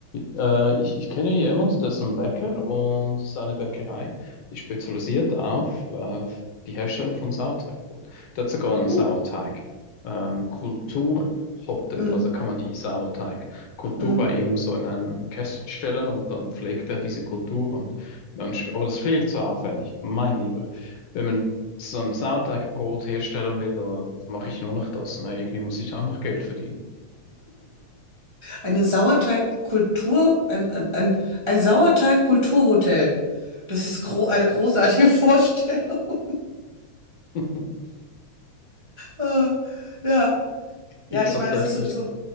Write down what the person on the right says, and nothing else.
Oh.
Hm,
hm.
Eine Sauerteigkultur, ein, ein, ein, ein Sauerteigkulturhotel. Das ist gro eine großartige <laughs> Vorstellung.
Äh, ja. Ja,
ich
meine, es ist sowieso,